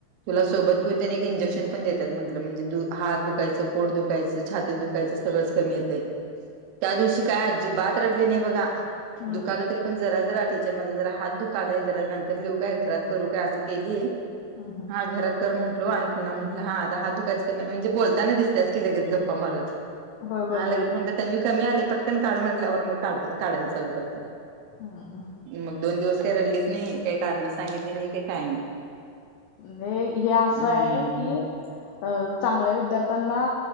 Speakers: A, on the right; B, on the left.
A: तुला
B: हं,
A: सोबत घेऊन त्याने एक इंजेक्शन पण देतात म्हटलं म्हणजे द हात दुखायचं पोट दुखायचं, छातीत दुखायचं सगळंच कमी येतय. त्या दिवशी काय बात रडली नाही बघा.
B: हं,
A: दुखाल तरी पण जरा जरा टीचर माझा जरा हात दुखालाय जरा नंतर लिहू काय? घरात करू काय? असं केली.
B: हं, हं,
A: हा घरात कर म्हटलो आणि पुन्हा म्हटलं हात दुखायचं कमी म्हणजे बोलताना दिसत्याच की लगेच गप्पा मारत
B: होय बरोबर
A: हा लगेच
B: आहे की.
A: म्हटलं तन्वी कमी आलय पटकन काढ म्हटलंवर मग काढ काढायला चालू करत्या.
B: हम्म.
A: मग दोन दिवस काय रडलीच नाही काही कारण सांगितली नाही का काय नाही.
B: लई हे असं
A: हम्म
B: आहे की अ चांगल्या विद्यार्थ्यांना